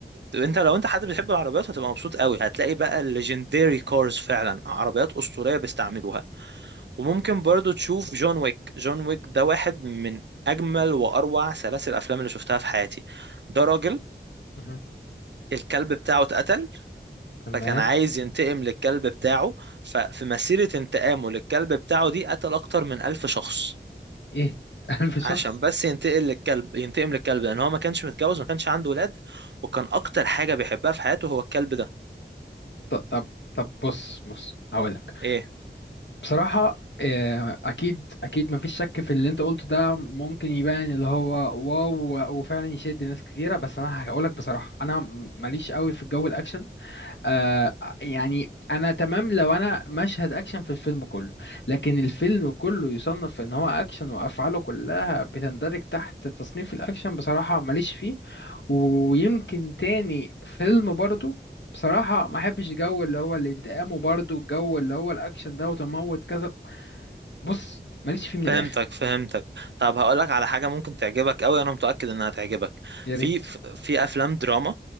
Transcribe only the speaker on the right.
انت لو انت حد بتحب العربيات هتبقى مبسوط قوي هتلاقي بقى الليجندري كارز فعلا عربيات أسطورية بيستعملوها وممكن برضو تشوف جون ويك جون ويك ده واحد من اجمل واروع سلاسل الافلام اللي شفتها في حياتي ده راجل
الكلب بتاعه اتقتل
فكان عايز ينتقم للكلب بتاعه ففي مسيرة انتقامه للكلب بتاعه دي قتل أكتر من ألف شخص
عشان بس ينتقل للكلب ينتقم للكلب لأن هو ما كانش متجوز ما كانش عنده ولاد وكان أكتر حاجة بيحبها في حياته هو الكلب ده
إيه
فهمتك فهمتك طب هقولك على حاجة ممكن تعجبك أوي أنا متأكد إنها تعجبك
في
في أفلام دراما